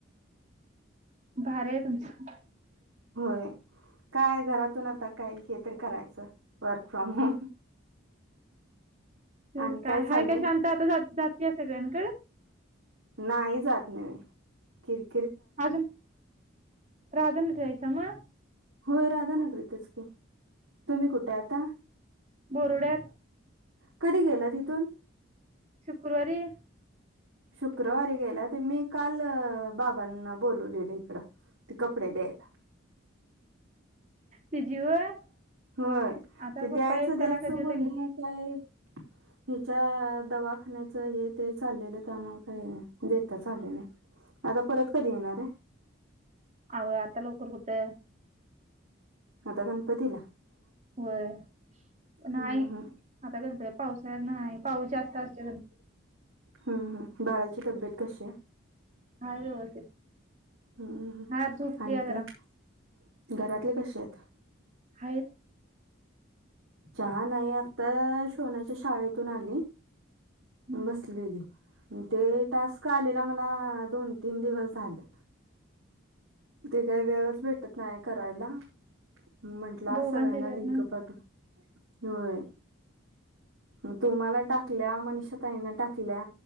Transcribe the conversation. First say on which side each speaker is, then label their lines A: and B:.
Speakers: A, on the right; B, on the right.
A: भारी आहे तुमच.
B: होय. काय घरातून आता काय हे तरी करायचं वर्क फ्रॉम होम.
A: तर
B: आणि
A: काय
B: चाललंय
A: हाय काय शांत आता जातय सगळ्यांकडे.
B: नाही जात नाही मी कि
A: अजून राधंद जायस म.
B: होय राधानगरीतच की. तुम्ही कुठे आता?
A: बोरुड्यात
B: कधी गेला तिथून?
A: शुक्रवारी.
B: शुक्रवारी गेला तर मी काल बाबांना बोलवलेलं इकडं. ते कपडे द्यायला.
A: तिजी व्हय?
B: होय
A: आता
B: ते द्यायच
A: पप्पा येताना
B: द्यायचं
A: कधी येता
B: बोलले
A: की?
B: काय. हिच्या दवाखान्याच हे ते चाललेलं तर मग का देतता आल नाही. आता परत कधी येणार आहे?
A: अहो आता लवकर कुठे?
B: आता गनपतीला?
A: व्हय नाही
B: हम्म हम्म
A: आता गणपती पाऊस नाही पाऊस जास्त असतोय गणपती
B: हम्म हम् बाळाची तब्येत कशी आहे?
A: हाय व्यवस्थित.
B: हम्म
A: हा झोपलीया
B: आणि
A: जरा.
B: काय घरातले कसे आहेत?
A: आहेत.
B: चहा नाही आता सोन्या च्या शाळेतून आली.
A: हम्म
B: बसलेली.
A: हम्म
B: ते टास्क आलेला मला दोन तीन दिवस झालं. ते काही वेळच भेटत नाही करायला. म्हंटलं आत
A: दोघांच्या
B: सगळ्यांना
A: ह्याच्यातनं.
B: लिंक पाठव होय मग तुम्हाला टाकल्या मनिषा ताईने टाकल्या